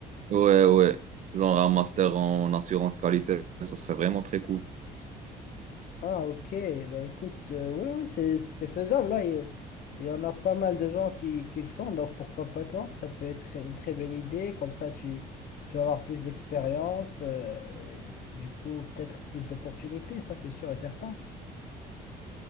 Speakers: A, on the right; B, on the left.
A: Ouais, ouais. Genre, un master en assurance qualité, ça serait vraiment très cool.
B: Ah ok, bah écoute, euh, oui oui, c'est c'est faisable là. Il, il y en a pas mal de gens qui, qui le font, donc pourquoi pas toi? Ça peut être une très belle idée. Comme ça, tu tu vas avoir plus d'expérience, euh, et du coup peut-être plus d'opportunités, ça c'est sûr et certain.